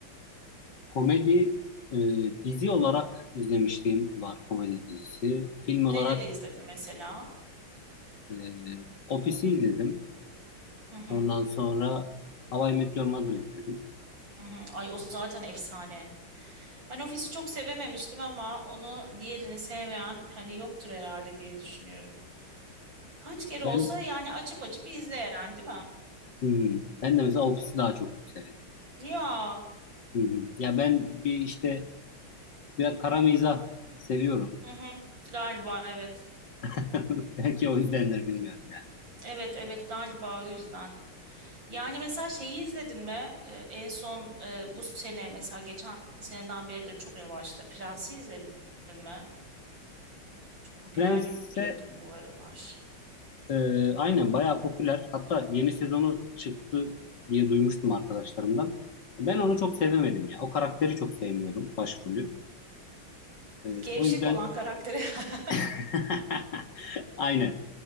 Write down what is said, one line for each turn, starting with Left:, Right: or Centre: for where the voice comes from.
Left: Komedi e, dizi olarak izlemişliğim var komedi dizisi. Film olarak
Right: Neleri izledin mesela?
Left: e, Office'i izledim.
Right: Hı hı,
Left: Ondan sonra How I Met Your Mother izledim.
Right: hı hı. Ay o zaten efsane. Ben Ofis'i çok sevememiştim ama onu diğerini sevmeyen hani yoktur herhalde diye düşünüyorum. Kaç kere
Left: Ben
Right: olsa yani açıp açıp izleyen değil mi?
Left: hmm, ben de mesela Office'i daha çok severim.
Right: Ya.
Left: Hı hı. Ya ben bir işte biraz kara mizah seviyorum.
Right: Hı hı. Galiba evet.
Left: <laughs> Belki o yüzdendir bilmiyorum yani.
Right: Evet evet galiba o yüzden. Yani mesela şeyi izledin mi? Ee, en son e, bu sene mesela geçen seneden beridir çok revaçta. Prens'i izledin mi? Çok popüler
Left: Prens'e
Right: bir bir yapım bu aralar.
Left: e, aynen bayağı popüler. Hatta yeni sezonu çıktı diye duymuştum arkadaşlarımdan. Ben onu çok sevemedim ya. O karakteri çok sevmiyorum başrolü. E,
Right: Gevşek
Left: o yüzden
Right: olan karakteri. <laughs>
Left: <laughs> aynen.